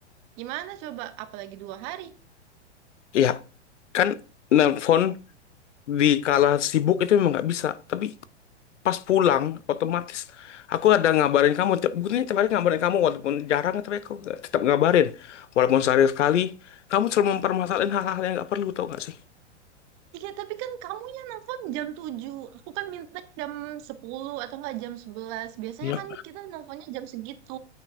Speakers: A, on the right (about 40°); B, on the left (about 85°).
A: Gimana coba? Apalagi dua hari.
B: Ya, kan nelpon di kala sibuk itu memang nggak bisa tapi pas pulang otomatis aku ada ngabarin kamu tiap bukannya tiap hari ngabarin kamu walaupun jarang tapi aku tetap ngabarin walaupun sehari sekali kamu selalu mempermasalahin hal-hal yang nggak perlu tau gak sih
A: Iya, tapi kan kamu yang nelfon jam 7. Aku kan mintanya jam 10 atau enggak jam 11. Biasanya
B: Iya.
A: kan kita nelfonnya jam segitu.